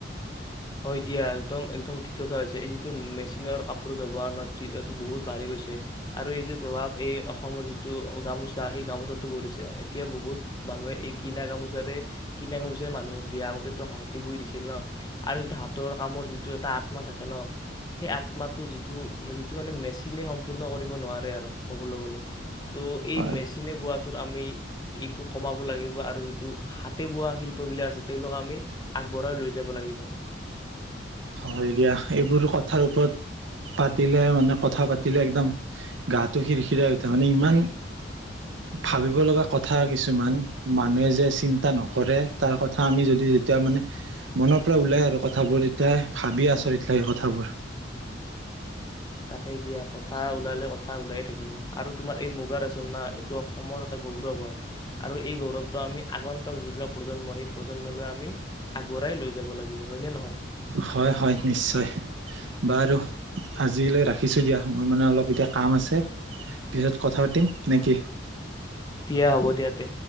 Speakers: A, on the left (about 20°); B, on the right (about 80°).
A: হয় দিয়া একদম একদম ঠিক কথা কৈছা এই যিটো মেচিনৰ কাপোৰ ব্যৱহাৰ ন এইটো বহুত বাঢ়ি গৈছে আৰু এইটো প্ৰভাৱ এই অসমৰ যিটো গামোচা, সেই গামোচাতটো পৰিছে এতিয়া বহুত মানুহে এই কিনা গামোচাৰে, কিনা গামোচাৰে মানুহক দিয়া আগতে হাতী বই দিছিল ন আৰু এইটো হাতৰ কামৰ যিটো এটা আত্মা থাকে ন, সেই আত্মাটো যিটো যিটো মানে মেচিনে সম্পূৰ্ণ কৰিব নোৱাৰে আৰু কবলৈ গলে তো
B: হয়
A: এই মেচিনে বোৱাত তো আমি ইটো কমাব লাগিব আৰু যিটো হাতে বোৱা শিল্প বিলাক আছে তেওঁলোকক আমি আগবঢ়াই লৈ যাব লাগিব।
B: হয় দিয়া এইবোৰ কথাৰ ওপৰত পাতিলে মানে কথা পাতিলে একদম গাটো খিৰখিৰাই উঠে, মানে ইমান ভাবিব লগা কথা কিছুমান মানুহে যে চিন্তা নকৰে তাৰ কথা আমি যদি যেতিয়া মানে মনৰ পৰা ওলাই আৰু কথাবোৰ তেতিয়া ভাবিয়েই আচৰিত লাগে কথাবোৰ।
A: তাকে দিয়া কথা ওলালে কথা ওলায়ে থাকিব আৰু তোমাৰ এই মুগা ৰচমনা এইটো অসমৰ এটা গৌৰৱ হয় আৰু এই গৌৰৱটো আমি আগন্তক যিবিলাক প্ৰজন্ম সেই প্ৰজন্মলৈ আমি আগুৱাই লৈ যাব লাগিব হয়নে নহয়
B: হয় হয় নিশ্চয়, বাৰু আজিলৈ ৰাখ শিচোঁ দিয়া মোৰ মানে অলপ এতিয়া কাম আছে, পিছত কথা পাতিম নে কি?
A: দিয়া হ'ব দিয়া, তে।